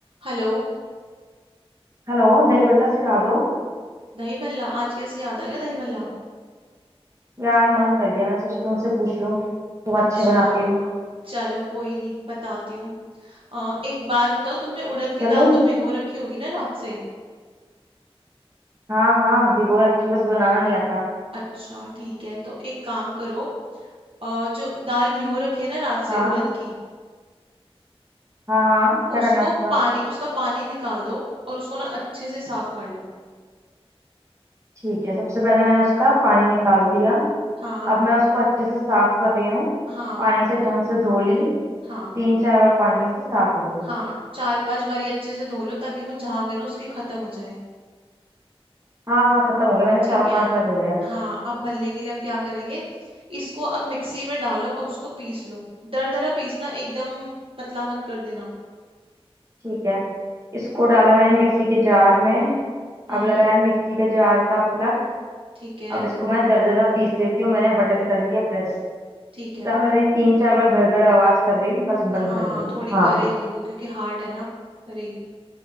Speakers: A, on the right; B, on the right.
A: Hello
B: Hello दही बल्ला सिखा दो
A: दही भल्ला आज कैसे याद आ गया दही भल्ला
B: यार मन कर गया मैंने सोचा तुमसे पूछ लूं तुम
A: अच्छा
B: अच्छे बनाती हो
A: चलो कोई नहीं बताती हूँ अ, एक बात बताओ तुमने उड़द की
B: चलूं
A: दाल तो भिगो रखी होगी ना रात से
B: हाँ हाँ भिगो रखी है, बस बनाना नहीं आता
A: अच्छा ठीक है तो एक काम करो अ, जो दाल भिगो रखी है ना रात से
B: हाँ
A: उड़द की
B: हाँ हाँ क्या
A: उसको
B: करना है उसका
A: पानी उसका पानी निकाल दो और उसको ना अच्छे से साफ कर लो
B: ठीक है सबसे पहले मैंने उसका पानी निकाल दिया
A: हाँ
B: अब मैं उसको अच्छे से साफ कर रही हूँ
A: हाँ
B: पानी से ढंग से धो ली
A: हाँ
B: तीन चार बार पानी से साफ हो गई
A: हाँ चार पांच बारी अच्छे से धो लो ताकि वो झाग है ना उसके खत्म हो जाए
B: हाँ हाँ खत्म हो गई मैंने चार
A: ठीक है
B: पांच बार धोया है।
A: हाँ अब भल्ले के लिए हम क्या करेंगे इसको अब मिक्सी में डालो और उसको पीस लो दरदरा पीसना एकदम पतला मत कर देना
B: ठीक है इसको डाला मैंने मिक्सी के जार में
A: हम्म
B: अब लगाया मिक्सी के जार का प्लग
A: ठीक है
B: अब इसको मैं दरदरा पीस लेती हूँ मैंने बटन कर दिया प्रेस
A: ठीक है
B: ज्यादा नहीं तीन चार बार गड़गड़ आवाज कर रही हूँ बस
A: हाँ
B: बंद कर दिया
A: थोड़ी
B: हाँ
A: करेगी वो क्योंकि हार्ड है ना करेगी